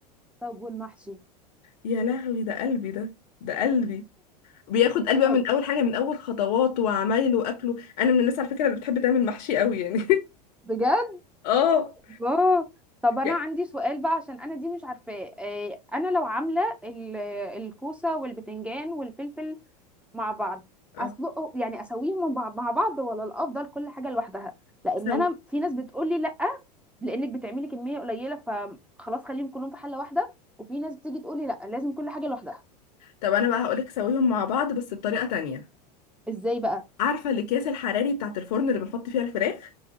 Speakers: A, in the centre; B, on the left.
A: طب والمحشي
B: يا لهوي ده قلبي ده ده قلبي بياخد قلبه
A: طب
B: من اول حاجه من اول خطواته وعمايله واكله انا من الناس على فكره اللي بتحب تعمل محشي قوي يعني
A: بجد
B: <laughs> اه
A: الله طب انا
B: يعني
A: عندي سؤال بقى عشان انا دي مش عارفاه آه، انا لو عامله ال- الكوسه والبتنجان والفلفل مع بعض
B: اه
A: اسلقه يعني اسويهم مع مع بعض ولا الافضل كل حاجه لوحدها لان
B: سو
A: انا في ناس بتقول لي لا لانك بتعملي كميه قليله فخلاص خليهم كلهم في حله واحده وفي ناس بتيجي تقول لي لا لازم كل حاجه لوحدها
B: طب انا بقى هقولك سويهم مع بعض بس بطريقه تانية
A: ازاي بقى
B: عارفه الاكياس الحراري بتاعه الفرن اللي بنحط فيها الفراخ